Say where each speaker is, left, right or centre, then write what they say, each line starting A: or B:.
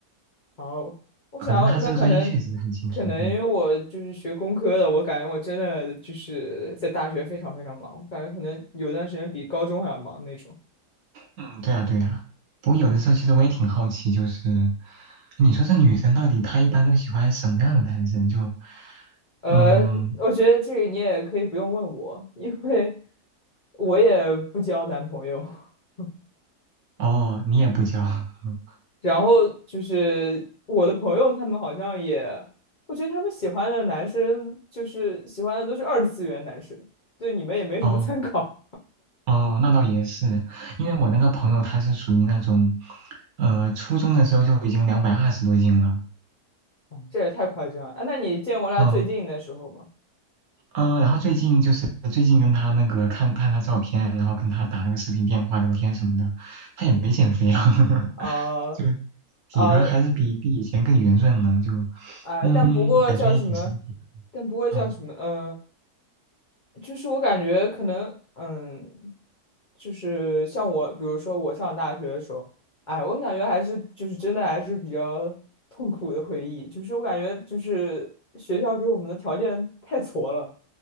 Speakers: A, on the left; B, on the right.
A: 然后我想要那可能可能因为我就是学工科的，
B: 可能他这个专业确实很轻松，嗯
A: 我感觉我真的就是在大学非常非常忙，我感觉可能有段时间比高中还要忙那种。
B: 嗯，对啊对啊。不过有的时候其实我也挺好奇，就是你说这女生到底她一般都喜欢什么样的男生？就，
A: 呃，
B: 嗯，
A: 我觉得这个你也可以不用问我，因为我也不交男朋友。<laughs>
B: 哦，你也不教，<laughs>
A: 然后就是我的朋友他们好像也，我觉得他们喜欢的男生就是喜欢的都是二次元男生，对你们也没什么参考，
B: 哦哦，那倒也是，因为我那个朋友他是属于那种，呃，初中的时候就已经两百二十多斤了。
A: 嗯 <laughs> 这也太夸张了啊！那你见过他最近的时候吗？
B: 嗯，嗯、呃然后最近就是最近跟他那个看看他照片，然后跟他打那个视频电话聊天什么的，他也没减肥啊，<laughs>
A: 啊
B: 就体格还是比比以前更圆润了，
A: 啊
B: 就
A: 啊！
B: 嗯，
A: 但不过叫什么？
B: 感觉也挺神奇的。
A: 但不过叫什么？
B: 嗯，
A: 嗯、就是我感觉可能，嗯，就是像我，比如说我上大学的时候，哎，我感觉还是就是真的还是比较 <laughs> 痛苦的回忆。就是我感觉就是学校给我们的条件太挫了，